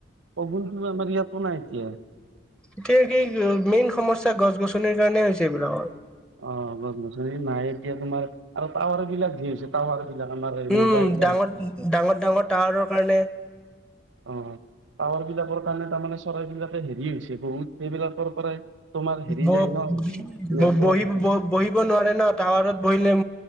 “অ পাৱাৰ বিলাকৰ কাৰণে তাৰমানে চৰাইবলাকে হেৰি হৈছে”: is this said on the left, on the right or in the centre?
Right